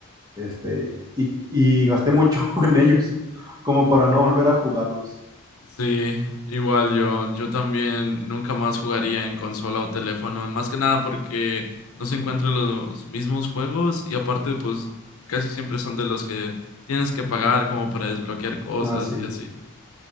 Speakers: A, on the right; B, on the left.
A: este, y, y gasté mucho <laughs> en ellos como para no volver a jugarlos.
B: sí, igual yo, yo también nunca más jugaría en consola o teléfono, más que nada porque no se encuentran los mismos juegos y aparte pues casi siempre son de los que tienes que pagar como para desbloquear cosas
A: Ah, sí.
B: y así.